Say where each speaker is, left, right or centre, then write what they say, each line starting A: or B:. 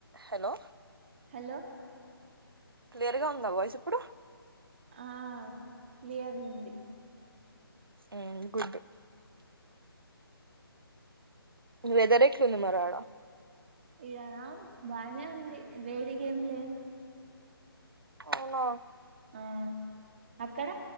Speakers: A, on the right (about 65°); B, on the right (about 25°).
A: Hello
B: hello
A: clear గా ఉందా voice ఇప్పుడు
B: ఆ క్లియర్ గుంది.
A: ఊమ్ గుడ్ వెదర్ ఎట్లుంది మరి ఆడ
B: ఈడనా బానే ఉంది వేడిగేం లేదు
A: అవునా
B: ఆ అక్కడ